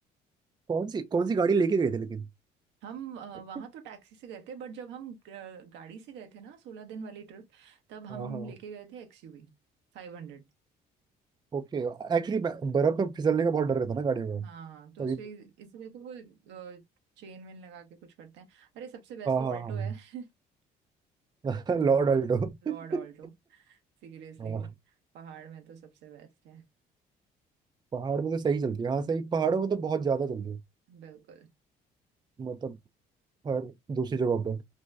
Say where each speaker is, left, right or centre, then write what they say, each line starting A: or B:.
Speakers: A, on the right; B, on the right.
A: कौन सी कौन सी गाड़ी लेके गए थे लेकिन
B: हम वहां
A: <laughs>
B: तो टैक्सी से गए थे बट जब हम अ, गाड़ी से गए थे ना सोलह दिन वाली ट्रिप तब हम
A: हाँ हाँ
B: लेके गए थे एक्सयूवी फाइव हंड्रेड
A: ओके एक्चुअली बर्फ में फिसलने का बहुत डर रहता ना गाड़ियों का
B: हाँ तो
A: तभी
B: उसमें इसलिए तो वो चेन वेन लगा के कुछ करते हैं अरे सबसे बेस्ट
A: हाँ
B: तो
A: हाँ
B: ऑल्टो है <laughs>
A: हाँ <laughs> Lord Alto
B: Lord Alto सीरियसली
A: हाँ
B: पहाड़ में तो सबसे बेस्ट है
A: पहाड़ में तो सही चलती है हाँ सही पहाड़ों में तो बहुत ज्यादा चलती है
B: बिल्कुल
A: मतलब हर दूसरी जगह पर